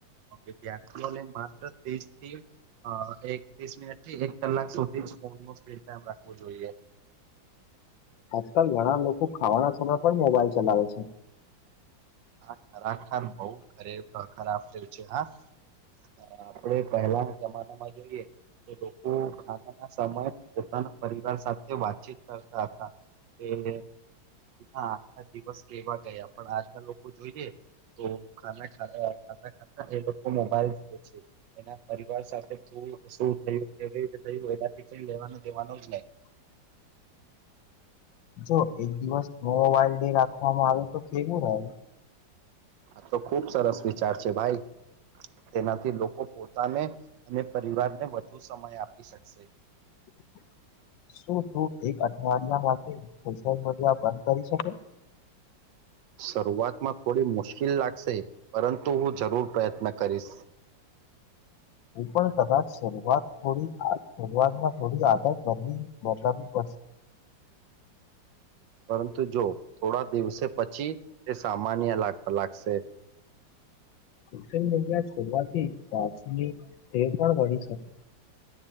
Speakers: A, on the right (about 75°); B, on the left (about 80°).
A: વિદ્યાર્થીઓને માત્ર ત્રીસથી અ એક ત્રીસ મિનિટથી એક કલાક સુધી ફોનનો સ્પીડમ રાખવું જોઈએ
B: આજકાલ ઘણા લોકો ખાવાના સમયે પણ મોબાઈલ ચલાવે છે.
A: હા ખરાખર બોવ ખરેખરા થે છે હા હા આપડે પહેલાના જમાનામાં જોઈએ લોકો ખાનાના સમય પોતાના પરિવાર સાથે વાતચીત કરતા હતા તે હ આખા દિવસ કેવા ગયા પણ આજના લો જોઈએ તો ખાના ખા ખાતા ખાતા એ લોકો મોબાઈલ જુએ છે. એના પરિવાર સાથે કેવું શું થયું કેવી રીતે થયું એનાથી કઈ લેવાનું દેવાનું જ નય
B: <inaudible> જો એક દિવસ મોબાઈલ ડે રાખવામાં આવે તો કેવું રહે
A: આ તો ખુબ સરસ વિચાર છે, ભાઈ તેનાથી લોકો પોતાને અને પરિવારને વધુ સમય આપી શકશે
B: <unintelligible> શું તું એક અઠવાડિયા માટે સોશિયલ મીડિયા બંધ કરી શકે?
A: શરૂઆતમાં થોડી મુશ્કેલ લાગશે પરંતુ હું જરૂર પ્રયત્ન કરીશ
B: હું પણ કદાચ શરૂઆત થોડી શરૂઆતમાં થોડી આદત બદલી બદલાવી પડશે
A: પરંતુ જો થોડા દિવસે પછી તે સામાન્ય લાગ લાગશે
B: સોશિયલ મીડિયા છોડવાથી કાચની તે પણ વળી શકે